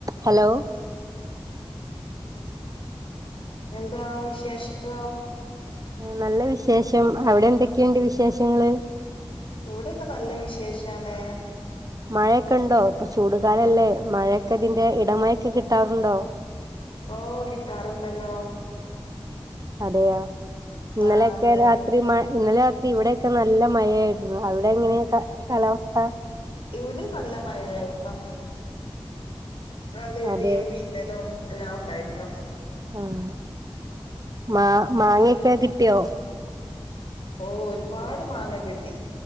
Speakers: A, on the right; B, on the left.
A: Hello?
B: എന്താ വിശേഷം?
A: നല്ല വിശേഷം. അവിടെ എന്തൊക്കെയുണ്ട് വിശേഷങ്ങള്?
B: ഇവിടെയൊക്കെനല്ല വിശേഷാണ്.
A: മഴയൊക്കെ ഉണ്ടോ? ഇപ്പ ചൂടുകാലല്ലേ മഴയൊക്കെ ഇതിന്റെ ഇടമഴയൊക്കെ കിട്ടാറുണ്ടോ?
B: ഓ കിട്ടാറുണ്ടല്ലോ.
A: അതെയോ ഇന്നലെയൊക്കെ
B: ആ അതെ
A: രാത്രി മ ഇന്നലെ രാത്രി ഇവിടെയൊക്കെ നല്ല മഴയായിരുന്നു. അവിടെ എങ്ങനെ കാലാവസ്ഥ?
B: ഇവിടെയും നല്ല മഴായായിരുന്നു. നല്ല ഇടിയും
A: അതെ
B: മിന്നലും എല്ലാം ഉണ്ടായിരുന്നു.
A: ഉം മാ മാങ്ങയൊക്കെ കിട്ടിയോ?
B: ഓ ഒരുപാട് മാങ്ങ കിട്ടി.